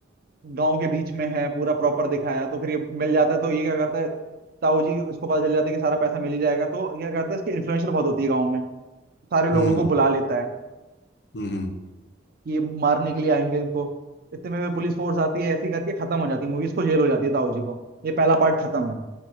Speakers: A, on the right; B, on the left.
A: गांव के बीच में है पूरा प्रॉपर दिखाया है तो फिर ये मिल जाता है तो ये क्या करता है ताऊ जी उसको पता चल जाता है कि सारा पैसा मिल ही जाएगा तो क्या करता है इसकी इन्फ्लुएंशियल बहुत होती है गाँव में सारे लोगों
B: हम्म
A: को बुला लेता है
B: हम्म हम्म।
A: ये मारने के लिए आएंगे इनको इतने में पुलिस फोर्स आती है ऐसी करके खत्म हो जाती है मूवीज को जेल हो जाती है ताऊ जी को ये पहला पार्ट खत्म है